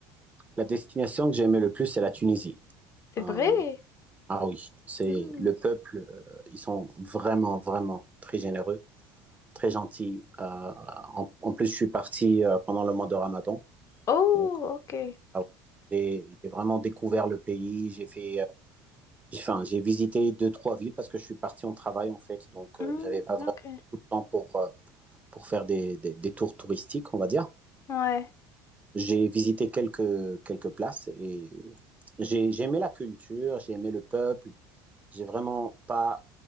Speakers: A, on the right; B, on the left.
A: La destination que j'ai aimé le plus, c'est la Tunisie.
B: C'est
A: Euh,
B: vrai?
A: ah oui, c'est
B: Hmm.
A: le peuple, euh, ils sont vraiment, vraiment très généreux. très gentil. Euh, en, en, plus, je suis parti euh, pendant le mois de Ramadan.
B: Oh,
A: Donc,
B: ok.
A: ah ouais, j'ai vraiment découvert le pays. J'ai fait, euh, j'ai, enfin, j'ai visité deux, trois villes parce que je suis parti en travail, en fait. Donc,
B: Hmm,
A: euh, j'avais pas vraiment
B: ok.
A: beaucoup de temps pour, euh, pour faire des, des, des tours touristiques, on va dire.
B: Ouais.
A: J'ai visité quelques, quelques places et j'ai j'ai aimé la culture, j'ai aimé le peuple. J'ai vraiment pas